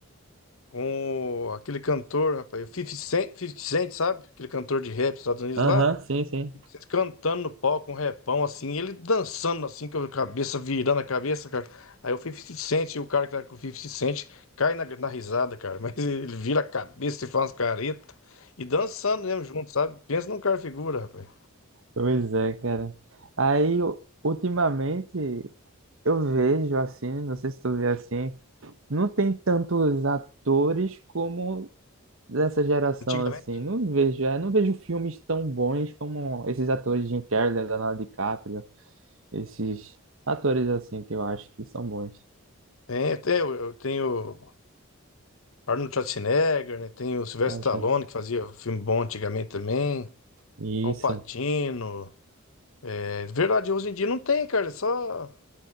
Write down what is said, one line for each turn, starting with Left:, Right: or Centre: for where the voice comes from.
Left: com o- aquele cantor, rapaz, o 50 Cent, 50 Cent, sabe? Aquele cantor de rap dos Estados Unidos
Right: Aham,
Left: lá.
Right: sim, sim.
Left: Cantando no palco, um repão assim, ele dançando assim, com a cabeça, virando a cabeça, cara. Aí o 50 Cent, e o cara que tá com o 50 Cent, cai na, na risada, cara. <laughs> Mas ele vira a cabeça e faz umas caretas. E dançando mesmo junto, sabe? Pensa num cara figura, rapaz.
Right: Pois é, cara. Aí, u- ultimamente, Eu vejo assim, não sei se tu vê assim, não tem tantos atores como dessa geração
Left: Antigamente.
Right: assim. Não vejo, é, não vejo filmes tão bons como esses atores Jim Carrey, Leonardo DiCaprio, esses atores assim que eu acho que são bons.
Left: Tem, tem, eu, eu tenho Arnold Schwarzenegger, né? Tem o Sylvester
Right: Acho.
Left: Stallone, que fazia filme bom antigamente também.
Right: Isso,
Left: Al Pacino. É verdade, hoje em dia não tem, cara. Só